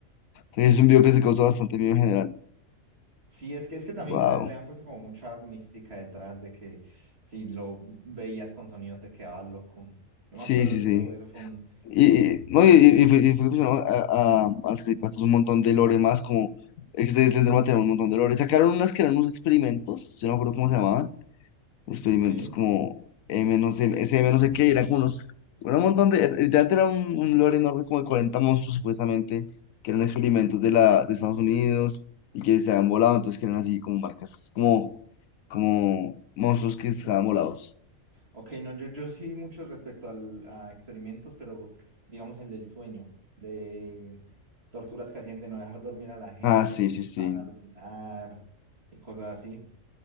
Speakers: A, on the left (about 80°); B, on the right (about 50°).
A: Entonces, es un video que se causó bastante miedo en general.
B: Sí, es que, es que también
A: Wow.
B: le, le han puesto como mucha mística detrás de que si lo veías con sonido te quedabas loco. Yo
A: Sí,
B: me acuerdo
A: sí,
B: que
A: sí.
B: eso, eso fue un...
A: Y, y- no, y, y- y fue, y fue impresionante a, a, a hacer hasta un montón de lore más, como ex de Slenderman tenía un montón de lore. Sacaron unas que eran unos experimentos, yo no me acuerdo cómo se llamaban, experimentos
B: Sí,
A: como M no sé, SM no sé qué, eran como unos, era un montón de, literalmente era un, un lore enorme como de 40 monstruos supuestamente, que eran experimentos de, la, de Estados Unidos y que se habían volado, entonces que eran así como marcas, como, como monstruos que
B: ok.
A: estaban volados.
B: Ok, no, yo, yo sí mucho respecto al, a experimentos, pero digamos el del sueño, de torturas que hacían de no dejar dormir a la gente
A: Ah, sí,
B: y que te
A: sí,
B: dejaban
A: sí,
B: alucinar y cosas así.